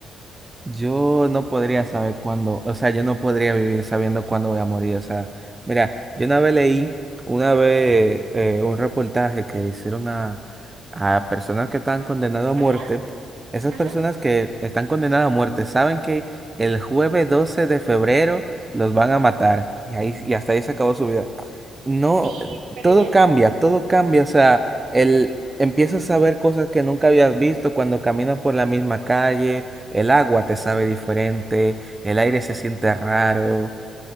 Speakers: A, on the right (about 20°); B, on the right (about 70°).
A: Yo no podría saber cuándo, o sea, yo no podría vivir sabiendo cuándo voy a morir. O sea, mira, yo una vez leí, una vez eh, un reportaje que le hicieron a, a personas que están condenadas a muerte.
B: Ajá,
A: Esas
B: ajá.
A: personas que están condenadas a muerte saben que el jueves 12 de febrero los van a matar. Y ahí, y hasta ahí se acabó su vida. No,
B: Sí, pero
A: todo
B: ya está.
A: cambia, todo cambia, o sea, el, empiezas a ver cosas que nunca habías visto cuando caminas por la misma calle, el agua te sabe diferente, el aire se siente raro,